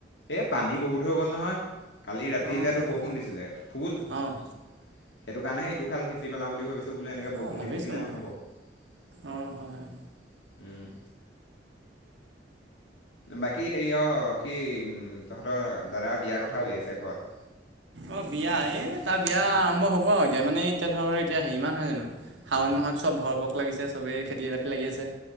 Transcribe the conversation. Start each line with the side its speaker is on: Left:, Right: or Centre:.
Left: এ পানী বহুত হৈ গ'ল নহয় কালি ৰাতি
Right: অঁ
Left: যোতো
Right: অঁ
Left: বৰষুণ দিছিলে ফুল
Right: অঁ
Left: সেইটো কাৰণেহে ইটো খাল সিঁচি পেলাও বুলি ভাবিছো বোলে এনেকে বৰষুণ
Right: অঁ ভাবিছোঁ
Left: দি থাকিলে
Right: মই
Left: নহব উম
Right: অঁ হয় হয়
Left: বাকী এই অ কি তহঁতৰ দাদাৰ বিয়াৰ কথা উলিয়াইছে ঘৰত
Right: অ বিয়া এ তাৰ বিয়া আৰম্ভ হব আৰু এতিয়া মানে এতিয়া ধৰ এতিয়া হেৰি মাহহয় জানো শাওন মাহ হঁত চব ভৰপক লাগিছে চবেই খেতি বাতি লাগি আছে